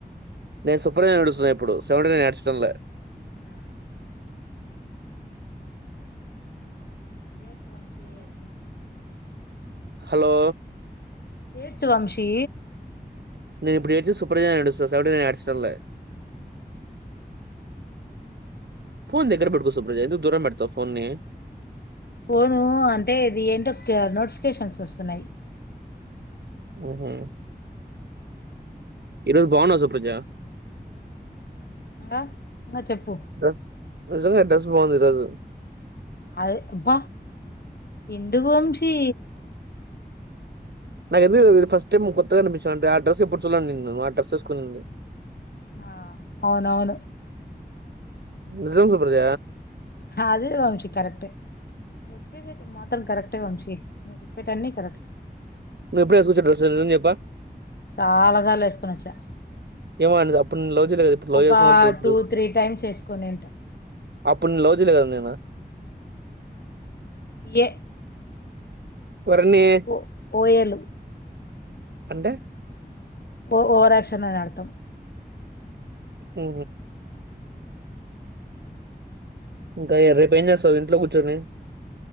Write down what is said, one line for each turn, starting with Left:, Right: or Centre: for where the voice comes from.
Right: నేను సుప్రజ నేడుస్తున్నాను ఇప్పుడు సెవెంటీ నేడ్చడంలే
Left: హా ఏచ వంశి ఏటి
Right: హాలో
Left: ఏంటి వంశీ
Right: నను ఇప్పుడు ఏడుతు సూపర్జడు సవెంటీ నేడ్చడ్ లే ఫోన్ దగ్గర బెట్కో సుప్రజా ఎందుకు దూరం పెడ్తావ్ ఫోన్నీ
Left: పోను అంటే ఇది ఏంటో కె నోటిఫికేషన్స్ వస్తున్నాయి
Right: హు ఈ రోజు బాగున్నావు సుప్రజ
Left: ఇంగా ఇంగా చెప్పు
Right: డ్రెస్ నిజంగా డ్రెస్ బాగుంది ఈ రోజు
Left: అది అబ్బ ఎందుకు వంశీ
Right: నాకెందుకో ఫస్ట్ టైం కొత్తగా కనిపించాను అంటే ఆడ్రస్ ఎప్పుడు చూడాలే నిన్ను ఆ అడ్రస్ వేసుకొని
Left: ఆ అవునవును
Right: నిజాం సుప్రజ
Left: అదే వంశీ కరెక్టే చెప్పేది నువ్వు మాత్రం కరెక్టే వంశీ నువ్వు చెప్పేటన్నీ కరెక్ట్
Right: నువ్వు ఎప్పుడూ నిజం చెయప్ప
Left: చాలా సార్లు ఏసుకుని వచ్చా
Right: ఎమోలే అప్పుడు నిన్ను లవ్ కదా ఇప్పుడు లవ్
Left: ఒక
Right: చేస ఇప్పుడు
Left: టూ త్రీ టైమ్స్ వేసుకొనింట
Right: అప్పుడు లవ్ చేయలే కద నేను
Left: ఎ
Right: ఎవరిని
Left: పో పోయలు
Right: అంటే
Left: ఓ ఓవర్ ఆక్షన్ అని అర్థం
Right: ఉ ఇంకా రేపు ఏం చేస్తావు ఇంట్లో కూర్చోని